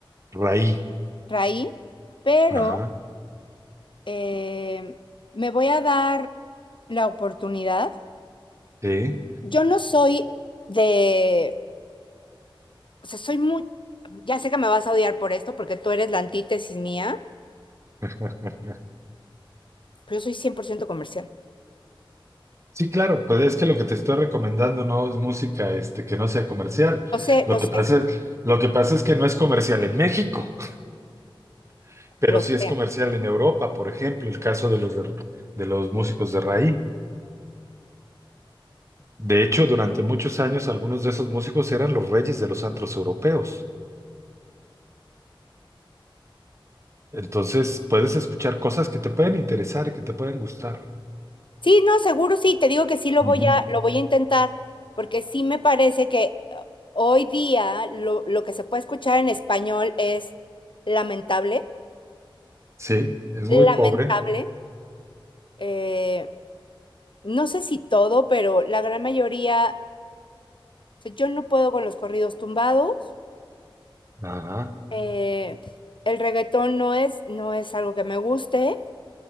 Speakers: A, on the right; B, on the left.
A: raí,
B: raí, pero
A: ajá,
B: eh, me voy a dar la oportunidad.
A: sí.
B: Yo no soy de, o sea, soy muy, ya sé que me vas a odiar por esto porque tú eres la antítesis mía,
A: <laughs>
B: pero yo soy 100% comercial.
A: Sí, claro, pues es que lo que te estoy recomendando no es música, este, que no sea comercial.
B: Lo sé,
A: Lo
B: lo
A: que
B: sé,
A: pasa es, lo que pasa es que no es comercial en México, <laughs> pero
B: lo
A: sí es
B: sé.
A: comercial en Europa, por ejemplo, el caso de los de, de los músicos de raíz. De hecho, durante muchos años algunos de esos músicos eran los reyes de los antros europeos. Entonces, puedes escuchar cosas que te pueden interesar y que te pueden gustar.
B: Sí, no, seguro sí, te digo que sí lo
A: Ujú.
B: voy a, lo voy a intentar porque sí me parece que eh, hoy día lo, lo que se puede escuchar en español es lamentable,
A: Sí, es muy
B: lamentable.
A: pobre.
B: eh, no sé si todo, pero la gran mayoría, o sea, yo no puedo con los corridos tumbados.
A: Ajá,
B: eh, el reggaetón no es, no es algo que me guste.